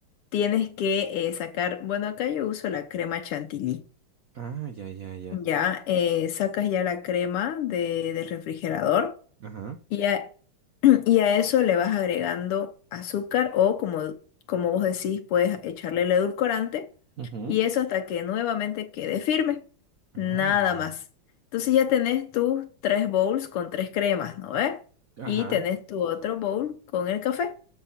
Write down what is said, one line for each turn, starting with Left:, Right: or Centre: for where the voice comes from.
Left: tienes que eh, sacar, bueno, acá yo uso la crema chantilly.
Right: Ah, ya, ya, ya.
Left: Ya, eh, sacas ya la crema de- del refrigerador.
Right: Ajá.
Left: Y a, <clears throat> y a eso le vas agregando azúcar o como, como vos decís, puedes echarle el edulcorante
Right: Ujú.
Left: y eso hasta que nuevamente quede firme.
Right: Ah,
Left: Nada
Right: ya,
Left: más. Entonces ya tenés tus tres bowls con tres cremas, ¿no ves?
Right: ya.
Left: Y
Right: Ajá.
Left: tenés tu otro bowl con el café.